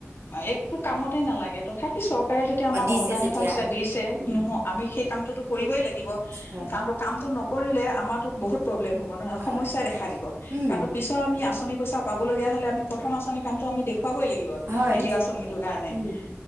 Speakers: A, on the left; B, on the right.
A: একো কামত তেই নালাগে। তথাপি চৰকাৰে যেতিয়া আমাক
B: অ দিছে
A: অনুদান
B: যেতিয়া
A: এটা হিছ দিছে
B: উম
A: নহ আমি সেই কামটোতো কৰিবই লাগিব
B: হয়
A: কাৰণ কামটো ন কৰিলে আমাৰো বহুত প্ৰব্লেম হ'ব। সমস্যাই
B: হয়
A: দেখা দিব
B: উম
A: কাৰণ পিছত আমি আনি পইচা পাব লগীয়া হ'লে আমি প্ৰথম আঁচনি কামটো আমি দেখুৱাবই লাগিব। <unintelligible>
B: হয় উম